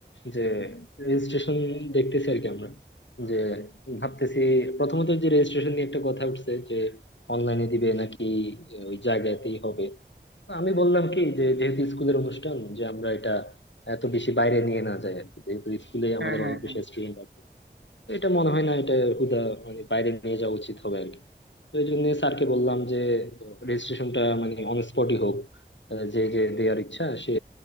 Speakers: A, on the left; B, on the right.
A: যে রেজিস্ট্রেশন দেখতেছি আর কি আমরা যে ভাবতেছি প্রথমত যে রেজিস্ট্রেশন নিয়ে একটা কথা উঠছে যে অনলাইনে দিবে নাকি ওই জায়গাতেই হবে না, আমি বললাম কি যে যেহেতু স্কুলের অনুষ্ঠান যে আমরা এটা এত বেশি বাইরে নিয়ে না যাই আর কি যেহেতু স্কুলে
B: হ্যাঁ
A: আমাদের
B: হ্যাঁ
A: অনেক
B: হ্যাঁ
A: বেশি স্টুডেন্ট আছে তো এটা মনে হয় না এটা হুদা মানে বাইরে নিয়ে যাওয়া উচিত হবে আর কি তো এই জন্য স্যারকে বললাম যে রেজিস্ট্রেশনটা মানে অন স্পটই হোক আহ, যে যে দেওয়ার ইচ্ছা সে